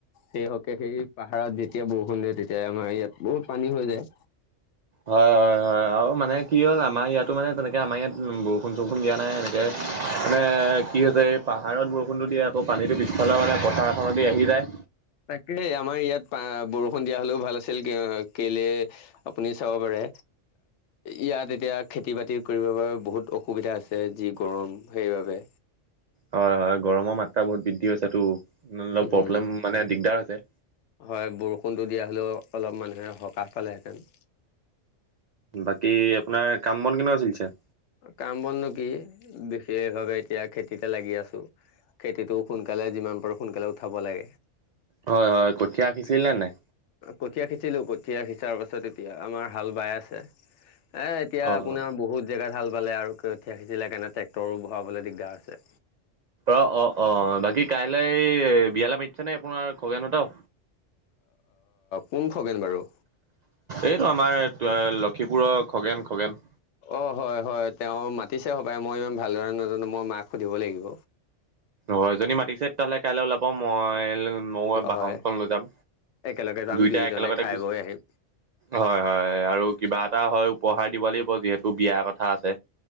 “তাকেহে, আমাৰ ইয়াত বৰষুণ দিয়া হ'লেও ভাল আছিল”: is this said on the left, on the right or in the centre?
Left